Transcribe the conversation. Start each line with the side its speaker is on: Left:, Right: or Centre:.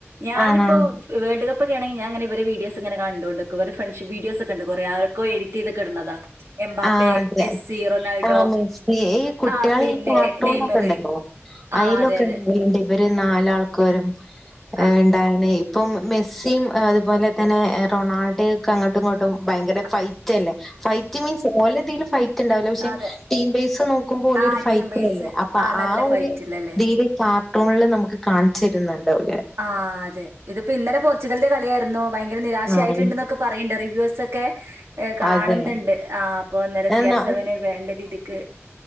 Right: ഞാനിപ്പോ
Centre: ആണോ
Right: ഈ വേൾഡ്കപ്പൊക്കെ ആണെങ്കി ഞാൻ ഇങ്ങനെ ഇവരുടെ വഡിയോസ് ഇങ്ങനെ കണ്ടോണ്ടിക്കും ഇവരുടെ ഫ്രണ്ട്ഷിപ്പ് വീഡിയോസൊക്കെ ഉണ്ട് കൊറേ ആരൊക്കെയോ എഡിറ്റ് ചെയ്തൊക്കെ ഇടുന്നതാ എംബാപ്പെ
Centre: ആഹ് അതെ
Right: മെസ്സി റൊണാൾഡോ
Centre: ആഹ് മെസ്സി ഈ കുട്ടികള്
Right: ആഹ് പിന്നെ
Centre: ഈ കാർട്ടൂണൊക്കെ
Right: നെയ്മറ്
Centre: ഉണ്ടല്ലോ
Right: ആഹ്
Centre: അയിലൊക്കെ
Right: അതെ അതെ
Centre: ഉണ്ടാവലുണ്ട് ഇവര് നാലാൾക്കാരും ഏ
Right: ആഹ്
Centre: ധാരണയായി ഇപ്പം മെസ്സിയും അതുപോലെ തന്നെ റൊണാൾഡെ ഒക്കെ അങ്ങോട്ടും ഇങ്ങോട്ടും ഭയങ്കര
Right: അതെ
Centre: ഫൈറ്റ് അല്ലേ ഫൈറ്റ് മീൻസ് ഓൽടെ ഇതില് ഫൈറ്റ് ഉണ്ടാവില്ല പക്ഷെ
Right: അതെ
Centre: ടീം ബേസ് നോക്കുമ്പോ ഓല്
Right: ആഹ്
Centre: ഒരു ഫൈറ്റിലല്ലേ
Right: ടീം ബേസ്
Centre: അപ്പൊ
Right: ആഹ് നല്ല
Centre: ആ ഒരു
Right: ഫൈറ്റ്ല്ലല്ലേ
Centre: ഇതില് കാർട്ടൂണില് നമുക്ക് കാണിച്ച് തരുന്നുണ്ട്‌ ഓലെ
Right: ആഹ് അതെ ഇതിപ്പോ ഇന്നല പോർച്ചുഗലിന്റെ കളിയായിരുന്നു ഭയങ്കര നിരാശയായിട്ടുണ്ടെന്നൊക്കെ
Centre: ആഹ്
Right: പറയണ്ട് റിവ്യൂസ് ഒക്കെ ഏഹ് കാണുന്നുണ്ട്
Centre: അതെ.
Right: ആഹ് അപ്പൊ അന്നേരം സി
Centre: ന
Right: ആർ സെവന് വേണ്ട രീതിക്ക്